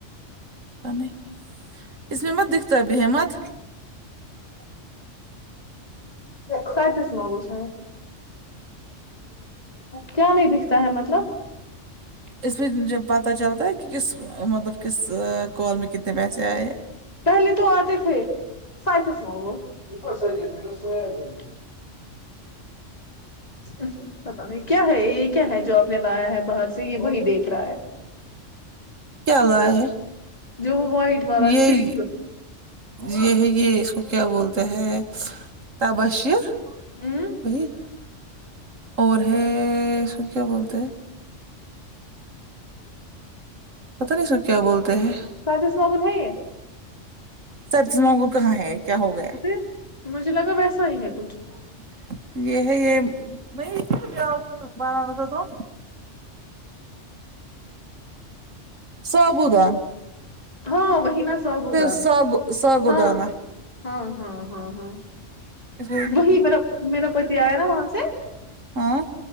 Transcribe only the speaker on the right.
نہیں اس میں مت دکھتا ہے مت
اس میں جب پتہ چلتا ہے کہ کس مطلب کس کال میں کتنے پیسے آئے
کیا لایا ہے
یہ
یہ ہے یہ اس کو کیا بولتے ہے تبشیر
وہی اور ہے اسکو کیا بولتے ہیں پتا نہیں اسکو کیا بولتے ہیں
سچ تم لوگوں کو کہا ہے کیا ہوگیا
<inaudible> یہ ہے یہ <unintelligible> سابوودا <unintelligible>
ساگو ساگودانہ
اس کو
ہاں